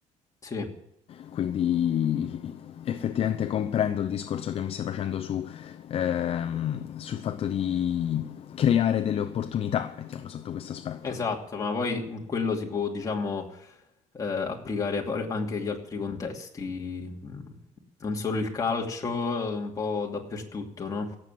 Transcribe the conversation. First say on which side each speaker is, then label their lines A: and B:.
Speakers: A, on the left; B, on the left.
A: Sì.
B: Quindi effettivamente comprendo il discorso che mi stai facendo su, ehm, sul fatto di creare delle opportunità, mettiamolo sotto questo aspetto.
A: Esatto, ma poi quello si può, diciamo, eh, applicare a par- anche agli altri contesti, Mm, non solo il calcio, eh, un po' dappertutto, no?